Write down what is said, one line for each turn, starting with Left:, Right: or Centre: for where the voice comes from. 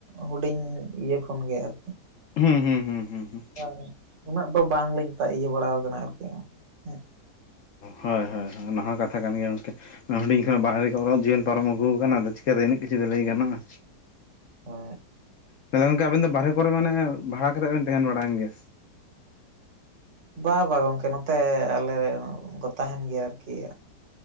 Right: ᱦᱩᱰᱤᱧ ᱤᱭᱟᱹ ᱠᱷᱚᱱ ᱜᱮ ᱟᱨ
Left: ᱦᱩᱸ ᱦᱩᱸ ᱦᱩᱸ ᱦᱩᱸ ᱦᱩᱸ
Right: ᱟᱨ ᱩᱱᱟᱹᱜ ᱫᱚ ᱵᱟᱝᱞᱤᱧ ᱛᱟ ᱤᱭᱟᱹ ᱵᱟᱲᱟᱣ ᱠᱟᱱᱟ ᱟᱨᱠᱤ ᱦᱮᱸ
Left: ᱦᱟᱭ ᱦᱟᱭ ᱚᱱᱟ ᱦᱚᱸ ᱠᱟᱛᱷᱟ ᱠᱟᱱ ᱜᱮᱭᱟ ᱜᱚᱝᱠᱮ ᱦᱩᱰᱤᱧ ᱠᱷᱚᱱ ᱵᱟᱦᱨᱮ ᱨᱮᱠᱚ ᱡᱤᱭᱚᱱ ᱯᱟᱨᱚᱢ ᱟᱹᱜᱩ ᱟᱠᱟᱱᱟ ᱟᱫᱚ ᱪᱤᱠᱟᱹᱛᱮ ᱤᱱᱟᱹᱜ ᱠᱤᱪᱷᱩ ᱫᱚ ᱞᱟᱹᱭ ᱜᱟᱱᱚᱜᱼᱟ
Right: ᱦᱚ
Left: ᱛᱟᱦᱚᱞᱮ ᱜᱚᱝᱠᱮ ᱟᱵᱮᱱ ᱫᱚ ᱵᱟᱦᱨᱮ ᱠᱚᱨᱮ ᱢᱟᱱᱮ ᱵᱷᱟᱲᱟ ᱠᱟᱛᱮᱜ ᱵᱮᱱ ᱛᱟᱦᱮᱱ ᱵᱟᱲᱟᱭᱮᱱ ᱜᱮ
Right: ᱵᱟ ᱵᱟ ᱜᱚᱝᱠᱮ ᱱᱚᱛᱮ ᱟᱞᱮ ᱨᱮ ᱠᱚ ᱛᱟᱦᱮᱱ ᱜᱮᱭᱟ ᱟᱨᱠᱤ